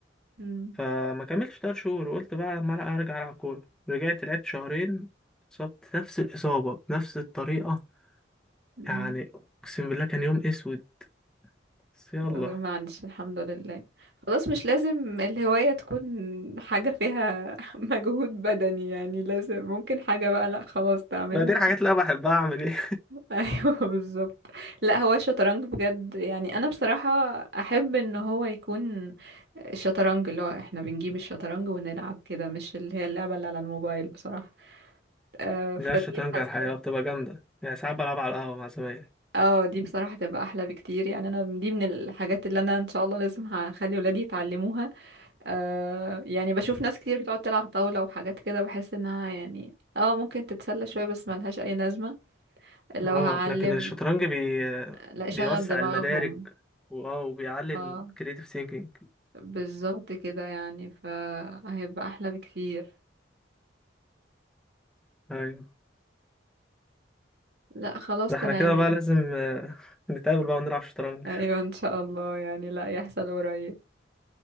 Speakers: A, on the right; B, in the centre.
A: مم.
B: فما كملتش 3 شهور وقلت بقى ما لا ارجع العب كوره رجعت لعبت شهرين اتصبت نفس الاصابه بنفس الطريقه
A: مم.
B: يعني اقسم بالله كان يوم اسود بس يلا
A: ما عنديش الحمد لله خلاص مش لازم الهواية تكون حاجة فيها <laughs> مجهود بدني يعني لازم ممكن حاجة بقى لا خلاص تعملها
B: ما دي الحاجات اللي انا بحبها اعمل إيه؟
A: <laughs> ايوه بالظبط لا هو الشطرنج بجد يعني انا بصراحة احب ان هو يكون الشطرنج اللي هو احنا بنجيب الشطرنج ونلعب كده مش اللي هي اللعبة اللي على الموبايل بصراحة آه فدي
B: لا الشطرنج
A: حاسة
B: على الحقيقة بتبقى جامدة يعني ساعات بلعب على القهوة مع زمايلي
A: اه دي بصراحة تبقى احلى بكتير يعني انا دي من الحاجات اللي انا ان شاء الله لازم هخلي ولادي يتعلموها آه يعني بشوف ناس كتير بتقعد تلعب طاولة وحاجات كده بحس انها يعني اه ممكن تتسلى شوية بس ملهاش اي لازمة لو
B: اه
A: هعلم
B: لكن الشطرنج بي...
A: لا شغل
B: بيوسع
A: دماغهم
B: المدارك واه وبيعلي
A: اه
B: الكريتيف ثينكينج
A: بالظبط كده يعني فهيبقى احلى بكتير
B: ايوه
A: لا خلاص
B: ده احنا
A: تمام
B: كده
A: يعني
B: بقى لازم آه، نتقابل بقى ونلعب شطرنج
A: ايوه ان شاء الله يعني لا يحصل قريب